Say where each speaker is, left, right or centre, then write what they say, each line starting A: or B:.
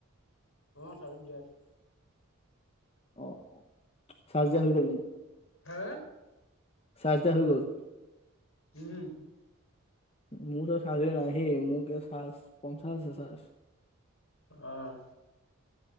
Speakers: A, on the left; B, on the left.
A: অ চাজত দিয়া আছে।
B: অ অ চাৰ্ছ দিয়া হৈ গ'ল মানে।
A: হা
B: চাৰ্জ দিয়া হৈ গ'ল।
A: উম!
B: মোৰতো চাৰ্ছ নাহি মোৰ কি চাজ পঞ্চাছছে চাজ।
A: অহ।